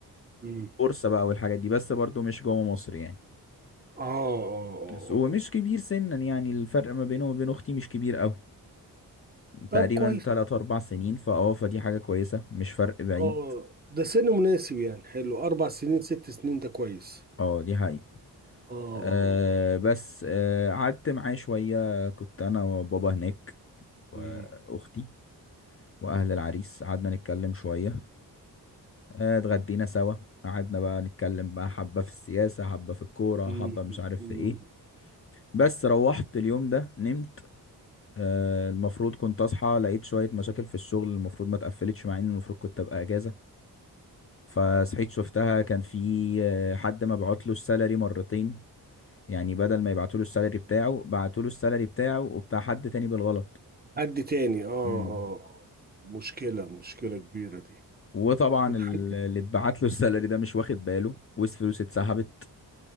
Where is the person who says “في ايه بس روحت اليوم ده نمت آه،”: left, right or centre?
Left